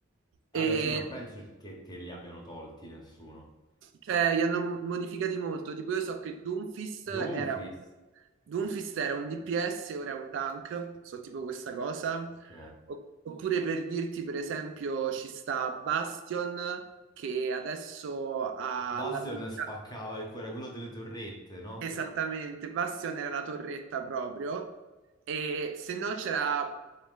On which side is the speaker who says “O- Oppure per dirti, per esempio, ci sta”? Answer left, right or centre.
Right